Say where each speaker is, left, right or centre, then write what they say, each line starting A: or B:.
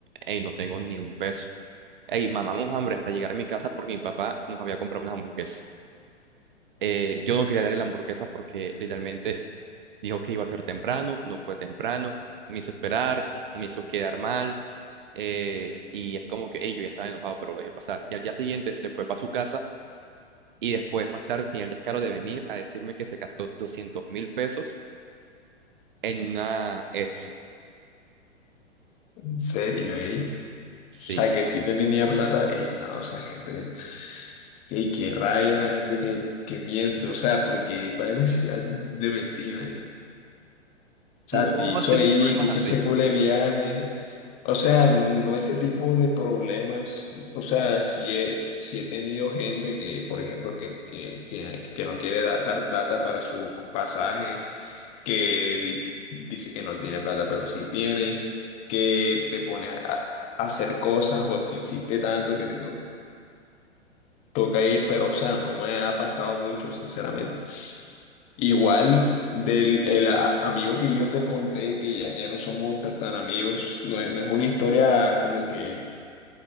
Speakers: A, on the right; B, on the left.
A: hey, no tengo ni un peso. Hey, mamamos hambre hasta llegar a mi casa porque mi papá nos había comprado unas hamburguesas. Eh, yo no quería darle la hamburguesa porque literalmente dijo que iba a ser temprano, no fue temprano, me hizo esperar, me hizo quedar mal. eh, y es como que, hey, yo ya estaba enojado, pero lo dejé pasar. Y al día siguiente se fue para su casa Y después, más tarde, tenía el descaro de venir a decirme que se gastó doscientos mil pesos en una ex.
B: en serio, ey. O
A: Sí.
B: sea, que si tenía plata, ey, no, esa gente. Qué, qué rabia la gente que, que miente, o sea, porque ¿cuál es la necesidad de mentir, marica? O
A: ¿No
B: sea, te hizo
A: has tenido
B: ahí,
A: problemas
B: te hizo
A: así?
B: ese culo de viaje, o sea, no ese tipo de problemas, o sea, si he, si he tenido gente que, por ejemplo, que, que, que, que no quiere da- dar plata para su pasaje, que di- dice que no tiene plata, pero sí tiene, que te pone a, a hacer cosas o te insiste tanto que te, toca ir, pero o sea, no me ha pasado mucho, sinceramente. Igual del el a- amigo que yo te conté, que ya, ya no somos ta- tan, amigos, no es, no es una historia como que,